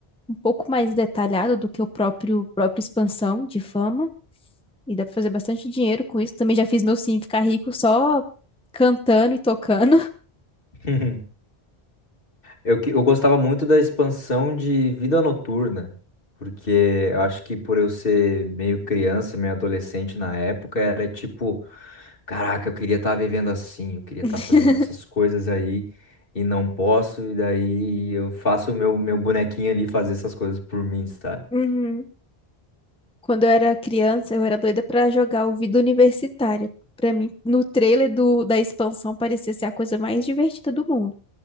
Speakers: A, in the centre; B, on the left.
A: um pouco mais detalhado do que o próprio própria expansão de fama. E dá pra fazer bastante dinheiro com isso. Também já fiz meu sim ficar rico só cantando e tocando.
B: <laughs> Eu, que- eu gostava muito da expansão de Vida Noturna, porque eu acho que por eu ser meio criança, meio adolescente na época, era tipo, caraca, eu queria estar vivendo assim, eu queria
A: <laughs>
B: estar fazendo essas coisas aí e não posso, e daí eu faço o meu, meu bonequinho ali fazer essas coisas por mim, sabe?
A: Uhum. Quando eu era criança, eu era doida pra jogar o Vida Universitária. Pra mim, no trailer do, da expansão parecia ser a coisa mais divertida do mundo.